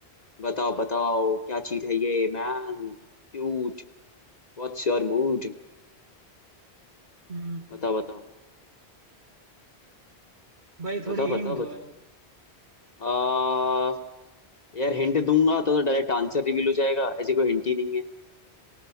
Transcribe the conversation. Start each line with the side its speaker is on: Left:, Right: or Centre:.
Left: बताओ बताओ क्या चीज है ये man Cute What's your mood
Right: हम्म
Left: बताओ बताओ
Right: भाई
Left: बताओ
Right: थोड़ी
Left: बताओ
Right: हिंट दो
Left: बताओ
Right: यार
Left: आ यार हिंट दूंगा तो डायरेक्ट आंसर रिवील हो जाएगा ऐसी कोई हिंट ही नहीं है